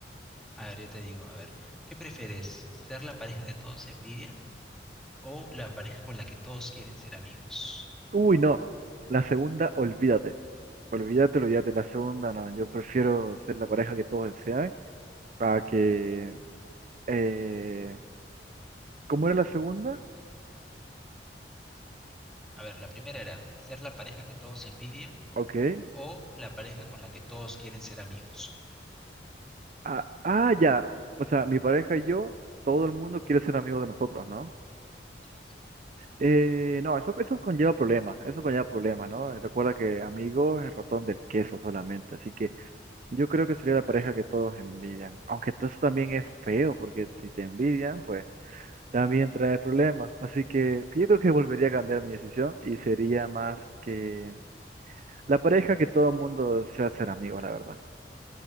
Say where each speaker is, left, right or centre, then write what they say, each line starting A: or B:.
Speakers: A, in the centre; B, on the right.
A: A ver, yo te digo, a ver, ¿qué prefieres? ¿Ser la pareja que todos envidian? o la pareja con la que todos quieren ser amigos.
B: Uy, no. La segunda, olvídate. Olvídate, olvídate, la segunda no. Yo prefiero ser la pareja que todos desean para que... eh, ¿cómo era la segunda?
A: A ver, la primera era ser la pareja que todos envidian
B: Ok.
A: o la pareja con la que todos quieren ser amigos.
B: Ah, ah, ya. O sea, mi pareja y yo, todo el mundo quiere ser amigo de nosotros, ¿no?
A: Así es.
B: Eh, no, eso, eso conlleva problemas, eso conlleva problemas, ¿no? Recuerda que amigo es el ratón del queso solamente, así que yo creo que sería la pareja que todos envidian, aunque todo eso también es feo, porque si te envidian, pues... también trae problemas. Así que yo creo que volvería a cambiar mi decisión y sería más que la pareja que todo el mundo desea ser amigos, la verdad.